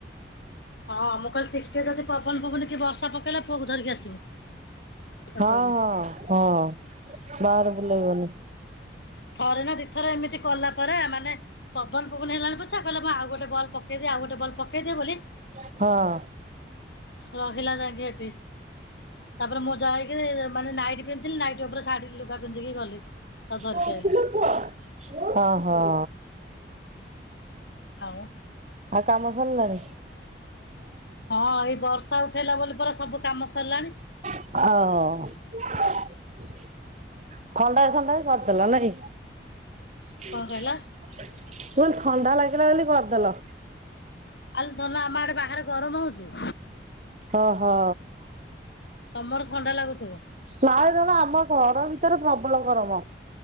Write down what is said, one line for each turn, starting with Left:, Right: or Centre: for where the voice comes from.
Left: ହଁ ମୁଁ କହିଲି ଟିକେ ଯଦି ପବନ ପବୁନି କି ବର୍ଷା ପକେଇଲା ପୁଅକୁ ଧରିକି ଆସିବୁ। ତ
Right: ହଁ
Left: କହିଲେ
Right: ହଁ ହଁ ବାହାରେ ବୁଲେଇବନି।
Left: ଥରେ ନା ଦିଇ ଥର ଏମିତି କଲା ପରେ ମାନେ ପବନ ପବନ ହେଲାଣି ପଛା କହିଲା ମୁଁ ଆଉ ଗୋଟେ ବଲ ପକେଇଦିଏ ଆଉ ଗୋଟେ ବଲ ପକେଇଦିଏ ବୋଲି
Right: ହଁ।
Left: ରହିଲା ଯାଇକି ସେଠି, ତାପରେ ମୁଁ ଯାଇକିରି-ଇ- ଇ-ଇ ମାନେ ନାଇଟି ପିନ୍ଧିଥିଲି ନାଇଟ୍ ଉପରେ ଶାଢ଼ୀ ଲୁଗା ପିନ୍ଧିକି ଗଲି। ତାକୁ ଧରିକି
Right: <unintelligible>
Left: ଆଇଲି
Right: ଓ ହଁ।
Left: ଆଉ
Right: ଆଉ କାମ ସରିଲାଣି?
Left: ହଁ ଏଇ ବର୍ଷା ଉଠେଇଲା ବୋଲି ପରା ସବୁ କାମ ସରିଲାଣି।
Right: ଓହୋ। ଥଣ୍ଡା ଥଣ୍ଡା କରିଦେଲ ନାଇଁ? ମୁଁ କହିଲି
Left: କଣ କହିଲ
Right: ଥଣ୍ଡା ଲାଗିଲା ବୋଲି କରିଦେଲ।
Left: ଆଲୋ ଧନ ଆମ ଆଡେ ବାହାରେ ଗରମ ହଉଛି।
Right: ଓ ହୋ।
Left: ତମର ଥଣ୍ଡା ଲାଗୁଥିବ?
Right: ନାଇ ଧନ ଆମ ଘର ଭିତରେ ପ୍ରବଳ ଗରମ।